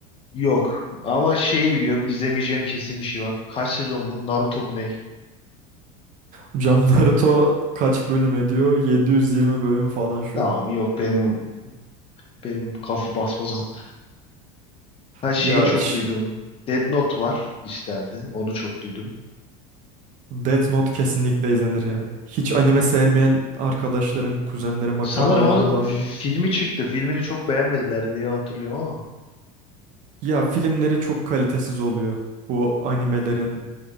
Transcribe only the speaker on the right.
Hocam Naruto kaç bölüm ediyor? 720 bölüm falan şu
an.
Ya
ş-
Death Note kesinlikle izlenir ya. Hiç anime sevmeyen arkadaşlarım, kuzenlerim,
akrabalarım
dahil.
Ya filmleri çok kalitesiz oluyor. Bu animelerin,